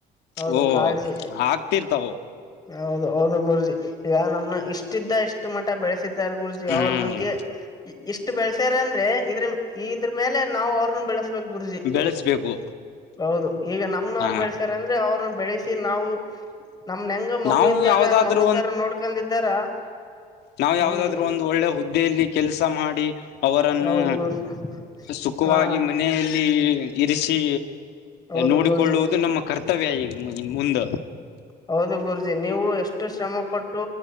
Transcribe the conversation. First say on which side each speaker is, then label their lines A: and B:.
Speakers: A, on the left; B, on the left.
A: ಹೌದು
B: ಓ
A: ಕಾಳಜಿ
B: ಆಗ್ತಿರ್ತ.
A: ಹೌದು ಹೌದು ಗುರುಜಿ ಈಗ ನಮ್ನ ಇಷ್ಟಿದ್ದ ಇಷ್ಟ. ಎಷ್ಟು ಮಠ ಬೆಳೆಸಿದ್ದಾರೆ ಗುರುಜಿ
B: ಹ್ಮ್
A: ಅವ್ರ ಬಗ್ಗೆ. ಇಷ್ಟು ಬೆಳಸ್ಯಾರ ಅಂದ್ರೆ ಇದ್ರ ಇದ್ರ ಮೇಲೆ ನಾವವು ಅವ್ರನು ಬೆಳೆಸ್ಬೇಕಕ್ ಗುರುಜಿ.
B: ಬೆಳೆಸ್ಬೇಕು
A: ಹೌದು ಈಗ ನಮನವ್ರು
B: ಹ
A: ಬೆಳೆಸಾರ ಅಂದ್ರೆ ಅವ್ರನ್ನ ಬೆಳೆಸಿ ನಾವು. ನಮ್ನ ಹೆಂಗ ಮಗು
B: ನಾವು
A: ಇದ್ದಾಗ
B: ಯಾವ್ದಾದ್ರೂ
A: ಮಗು ತರ ನೋಡ್ಕೊಂಡಿದ್ದಾರ
B: ನಾವ್
A: ಹ್ಮ್
B: ಯಾವದಾದ್ರು ಒಂದು ಒಳ್ಳೆ ಹುದ್ದೆಯಲ್ಲಿ ಕೆಲ್ಸ ಮಾಡಿ. ಅವರನ್ನು
A: ಹೌದು ಗುರೂಜಿ
B: ಸುಖವಾಗಿ
A: ಹಾ
B: ಮನೆಯಲ್ಲಿ ಇರಿಸಿ.
A: ಹೌದು
B: ನೋಡಿಕೊಳ್ಳುವುದು
A: ಗುರೂಜಿ
B: ನಮ್ಮ ಕರ್ತವ್ಯ ಈಗ ಮುಂದ.
A: ಹೌದು ಗುರುಜಿ. ನೀವು ಎಷ್ಟು ಶ್ರಮ ಪಟ್ಟು